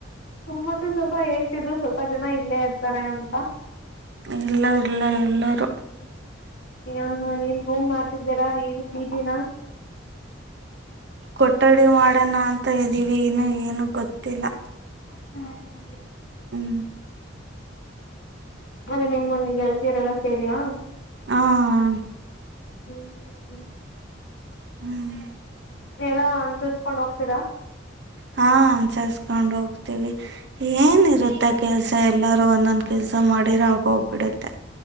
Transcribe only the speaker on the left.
ಸುಮತಿ ಸ್ವಲ್ಪ ಹೇಳ್ತಿದ್ರು ಸ್ವಲ್ಪ ಜನ ಇಲ್ಲೇ ಇರ್ತಾರೆ ಅಂತ.
ಯ ಹಾಂ ಏನ್ರೂ ಮಾಡ್ತಿದ್ದೀರಾ ಏನು ಪಿಜಿ ನ.
ಹಾಂ ಹ
ಅದೇ <inaudible> ಸೇರಿಯಾ.
<unintelligible>
ಎಲ್ಲ ಅನ್ಸರುಸ್ಕೊಂಡ್ ಹೋಗ್ತೀರಾ.